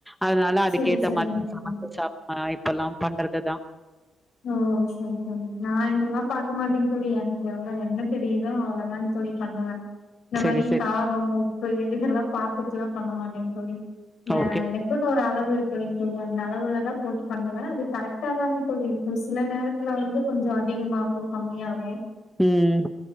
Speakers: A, in the centre; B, on the left.
A: அதனால அதுக்கேத்த
B: செரி செரிங்
A: மாதிரி
B: தோழி
A: சமச்சு சாப் இப்பல்லா பண்றதுதா
B: ஓ சரி தோழி நா இதெல்லா பாக்க மாட்டேங் தோழி எனக்கு எவ்வளோ என்ன தெரியுதோ அவ்ளதா தோழி பண்ணுவே இந்த
A: செரி
B: மாறி
A: செரி
B: காரோ உப்பு இதெல்லா பாத்துட்டுல்லா பண்ண மாட்டே தோழி ஏ
A: ஓகே
B: எனக்கு ன்னு ஒரு அளவு இருக்கு இல்லங் தோழி அந்த அளவுல தா போட்டு பண்ணுவே அது கரெக்ட தாங் தோழி இருக் ஒரு சில நேரத்துல வந்து கொஞ்சோ அதிகமாகு கம்மியாகு
A: உம்